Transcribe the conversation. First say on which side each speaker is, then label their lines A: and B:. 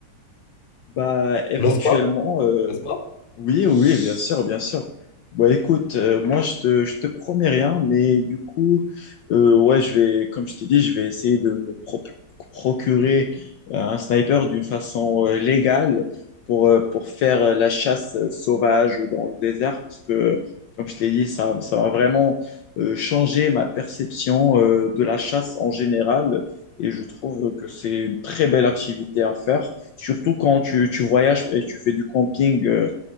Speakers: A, on the left (about 65°); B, on the left (about 30°).
A: Bah, éventuellement,
B: N'est-ce pas?
A: euh,
B: N'est-ce pas?
A: oui, oui, bien sûr, bien sûr. Bah, écoute, euh, moi, je te, je te promets rien, mais du coup, euh, ouais, je vais, comme je t'ai dit, je vais essayer de me pro- procurer euh, un sniper d'une façon euh, légale pour, euh, pour faire euh, la chasse euh, sauvage dans le désert, parce que, comme je t'ai dit, ça, ça va vraiment euh, changer ma perception euh, de la chasse en général, et je trouve que c'est une très belle activité à faire. Surtout quand tu, tu voyages et tu fais du camping euh,